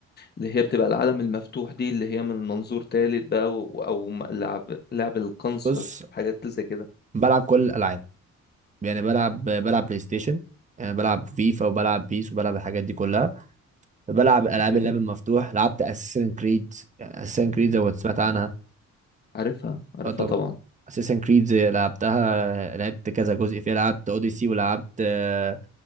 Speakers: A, on the left (about 35°); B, on the right (about 25°).
A: اللي هي بتبقى العالم المفتوح دي اللي هي من منظور تالت بقى و... او م- لعب لعب القنص
B: بص
A: والحاجات اللي زي كده
B: بلعب كل الالعاب يعني بلعب آه، بلعب بلاي ستيشن آه، بلعب فيفا وبلعب بيس وبلعب الحاجات دي كلها بلعب العاب
A: جامد
B: الاب المفتوح لعبت اساسن كريد اساسن كريد زي ما سمعت عنها
A: عارفها عارفها
B: اه طبعا
A: طبعا
B: اساسن كريد لعبتها لعبت كذا جزء فيها لعبت اوديسي ولعبت آه،